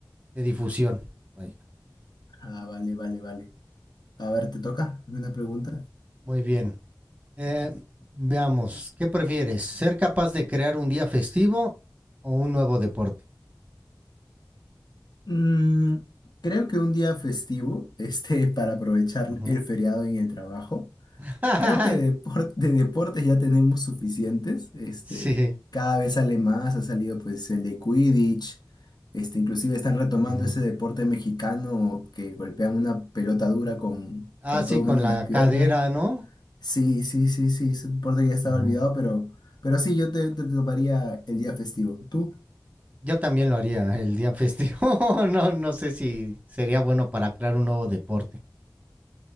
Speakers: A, on the right; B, on the left.
A: de difusión. vaya.
B: Ah, vale, vale, vale. A ver, ¿te toca? Hazme una pregunta?
A: Muy bien. Eh, veamos, ¿qué prefieres? ¿Ser capaz de crear un día festivo o un nuevo deporte?
B: Mm, creo que un día festivo, <laughs> este, para aprovechar
A: Ujú.
B: el feriado en el trabajo.
A: <laughs>
B: Creo que depor- de deportes ya tenemos suficientes. Este,
A: sí.
B: cada vez sale más, ha salido pues el de Quidditch. Este, inclusive están retomando
A: Ujú.
B: ese deporte mexicano que golpean una pelota dura con,
A: Ah,
B: con
A: sí,
B: todo
A: con
B: menos
A: la
B: las piernas.
A: cadera, ¿no?
B: Sí, sí, sí, sí, es un deporte que ya estaba
A: Ujú.
B: olvidado, pero, pero sí, yo te, te tomaría el día festivo. ¿Tú?
A: Yo también lo haría el día festivo. <laughs> No, no sé si sería bueno para crear un nuevo deporte.